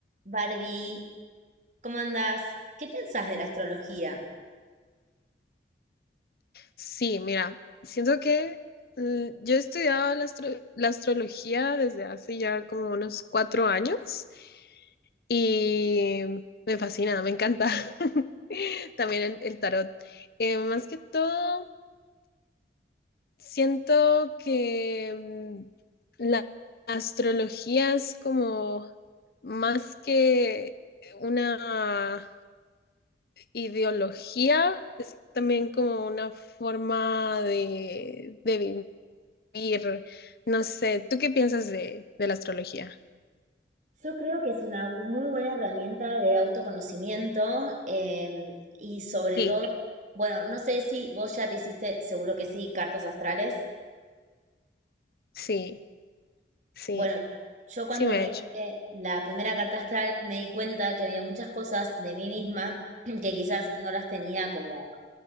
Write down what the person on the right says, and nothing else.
Barbie, ¿cómo andás? ¿Qué pensás de la astrología?
Yo creo que es una muy buena herramienta de autoconocimiento eh, y sobre
todo, bueno, no sé si vos ya te hiciste, seguro que sí, cartas astrales.
Bueno, yo cuando
me
hice la primera carta astral me di cuenta que había muchas cosas de mí misma <clears throat> que quizás no las tenía como